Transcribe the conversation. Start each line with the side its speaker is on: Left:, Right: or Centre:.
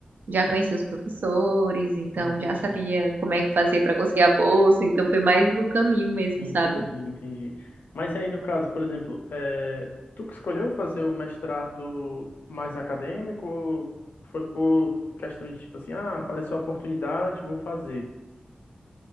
Right: já conheci os professores, então
Left: Entendi,
Right: já sabia como é que fazia para conseguir a bolsa, então foi mais no caminho mesmo,
Left: entendi,
Right: sabe?
Left: entendi. Mas aí no caso, por exemplo, é, tu que escolheu fazer o mestrado mais acadêmico, ou foi por questão de tipo assim, ah, apareceu a oportunidade, vou fazer.